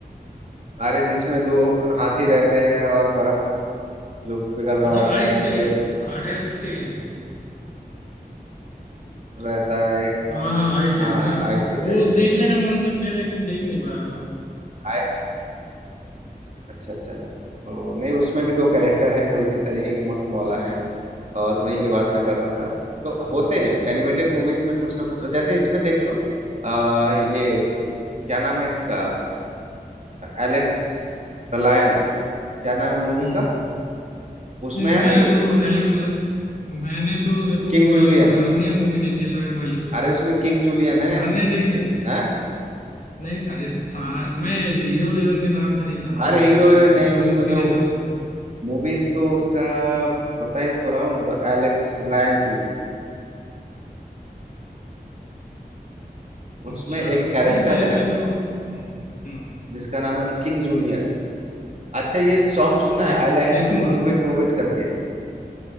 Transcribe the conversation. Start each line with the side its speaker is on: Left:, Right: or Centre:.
Right: अरे जिसमें दो हाथी रहते हैं और बर्फ जो पिघल रहा
Left: अच्छा
Right: होता
Left: आई
Right: है एक
Left: सेज
Right: शेर
Left: Ice Age
Right: रहता है एक
Left: हाँ हाँ आई सेज
Right: हाँ
Left: ना
Right: आइस एज
Left: वो
Right: आइस एज
Left: देखने का मन तो किया लेकिन देख नहीं पाया मैं
Right: आय अच्छा अच्छा तो नहीं उसमें भी दो कैरेक्टर हैं जो इसी तरीके के मस्त मौला हैं और उन्हीं
Left: हम्म
Right: की बात मैं कर रहा था तो होते हैं एनिमेटेड मूवीज में कुछ ना कुछ जैसे इसमें देख लो आ, ये क्या नाम है इसका एलेक्स द लायन क्या नाम है मूवी
Left: हम्म
Right: का
Left: हम्म।
Right: उसमें
Left: नहीं मैंने
Right: है ना ये
Left: तो एलेक्स ल- मैंने तो देखो
Right: किंग
Left: वो वाली
Right: जूलियन
Left: नार्निया मूवी देखी है लाइन वाली
Right: अरे उसमें किंग जूलियन है
Left: नार्निया देखी है
Right: हैं
Left: नहीं नहीं, अरे सारा मैं हीरो हीरोइन के नाम से नहीं जानता
Right: अरे
Left: वैसे
Right: हीरो
Left: एक्चुअल
Right: हीरोइन
Left: में मूवी
Right: नहीं
Left: मैं
Right: उसमें
Left: मूवी
Right: जो
Left: के नाम से
Right: मूवीज तो उसका बताया तो रहा हूँ द एलेक्स लायन किंग उसमें
Left: अच्छा
Right: एक कैरेक्टर
Left: नहीं मेरे
Right: है
Left: में तो हम्म, हम्म,
Right: जिसका नाम है किंग जूलियन अच्छा ये सॉन्ग सुना
Left: देखू
Right: है I like
Left: देखूंगा
Right: to move it मूव इट करके